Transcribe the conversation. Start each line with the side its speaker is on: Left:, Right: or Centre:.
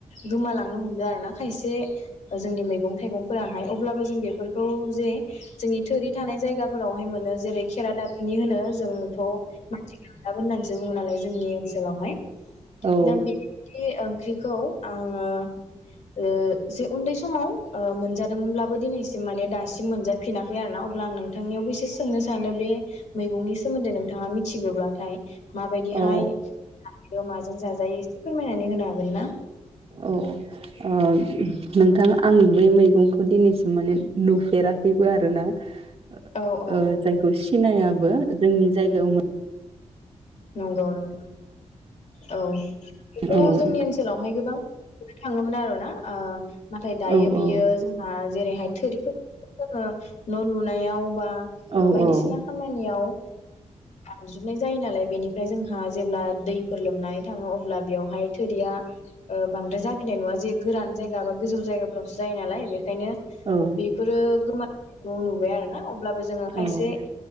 Left: गोमालांनो हमदों आरो ना खायसे ओ जोंनि मैगं थाइगंफोराहाय अब्लाबो जों बेफोरखौ जे जोंनि। थोरि थानाय जायगाफोरावहाय मोनो जेरै- खेरा दाफिनि होनो। जोंथ' मानसि <inaudible> बुङो नालाय जोंनि ओनसोलावहाय।
Right: औ
Left: दा बे ख्रिखौ आङो ओ जे उन्दै समाव ओ मोनजादोंमोनब्लाबो दिनैसिम माने दासिम मोनजाफिना आरो ना अब्ला आं नोंथांनियावबो एसे सोंनो सानो बे मैगंनि सोमोन्दै नोंथाङा मिथिगौब्लाथाय। माबायदिहाय
Right: औ
Left: माजों जाजायो। फोरमायनानै होनो हागोन ना।
Right: अ' ओ नोंथाङा आंङो बे मैगंखौ दिनैसिम माने नुफेराखैबो आरोना। ओ
Left: औ औ औ
Right: जायखौ सिनायाबो जोंनि। जायगावमा
Left: नंगौ नोंथां। औ <unintelligible>
Right: औ
Left: जोंनि ओनसोलावहाय गोबां। <unintelligible> थाङोमोन आर आरो ना ओ नाथाय दायो
Right: औ
Left: बेयो
Right: औ
Left: जोंहा। जेरैहाय थोरिफोरखौ जोङो न' लुनायाव बा।
Right: औ
Left: ओ बायदिसिना
Right: औ
Left: खामानियाव। गानजोबनाय जायो नालाय बेनिफ्राय जोंहा जेब्ला दै फोर लोमनानै थाङो अब्ला बेयावहाय थोरिया बांद्राय जाफिनाय नङा जे गोरान जायगा बा गोजौ जायगाफ्रावसो जायो नालाय बे ओंखायनो
Right: औ
Left: बेफोरो गोमा न लुबाय आरो ना अब्लाबो जोङो
Right: औ
Left: खायसे